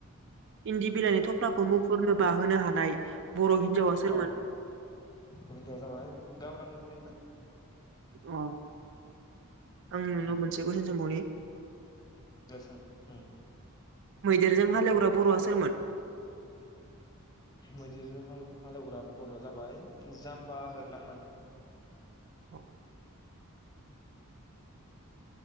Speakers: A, on the right (about 55°); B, on the left (about 15°).
A: इन्दि बिलाइनि थफ्लाखौ मुफुरनो बाहोनो हानाय बर' हिन्जावा सोरमोन
B: अ हिनजावआ जाबाय गावदां बुरैमोन।
A: अ आं नुनो
B: उम
A: मोनसे कुइसन सोंबावनि?
B: दे सों उम।
A: मैदेरजों हालेवग्रा बर'आ सोरमोन?
B: मैदेरजों हालेवग्रा बर' जाबाय जाम्बा होरलांमोन।
A: औ।